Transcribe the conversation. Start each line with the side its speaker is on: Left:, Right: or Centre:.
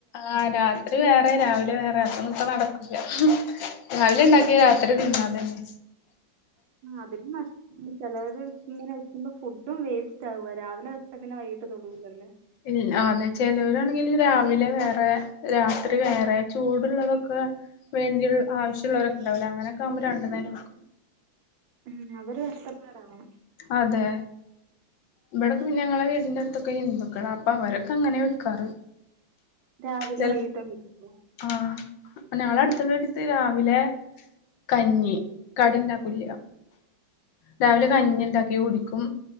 Left: ആഹ രാത്രി വേറെ രാവിലെ വേറെ അതൊന്നും ഇപ്പ നടക്കില്ല രാവിലെണ്ടാക്കിയ
Right: കുക്കിംഗ്
Left: രാത്രി തിന്ന അതന്നെ
Right: <inaudible> മ് ചിലവര് ഇങ്ങനെ വെക്കുമ്പോ ഫുഡും വേസ്റ്റ് ആകുവ രാവിലെ വെച്ച പിന്നെ വൈകിട്ട് തൊടൂലല്ലേ
Left: ൽ അണ് ചിലോരാണെങ്കിൽ രാവിലെ വേറെ രാത്രി വേറെ. ചൂടുള്ളതൊക്കെ വേണ്ടി ആവശ്യമുള്ളവരൊക്കെ ഉണ്ടാവൂലെ അങ്ങനെയൊക്കെ ആവുമ്പോ രണ്ടു നേരം വെ
Right: ഉം അതൊരു കഷ്ടപ്പാടാണ്
Left: അതേ ഇവിടൊക്കെ പിന്നേ ഞങ്ങളെ വീടിന്റെ അടുത്തൊക്കെ ഹിന്ദുക്കാണ് അപ്പ അവരൊക്കെ അങ്ങനെ വെക്കാറ്
Right: രാവിലെ
Left: ചെൽ
Right: വൈകിട്ടോ <unintelligible>
Left: ആഹ് ഞങ്ങളെ അട്ത്തുള്ളരു സ്ത്രീ രാവിലെ കഞ്ഞി കടിണ്ടാക്കുല്യ രാവിലെ കഞ്ഞി ഉണ്ടാക്കി കുടിക്കും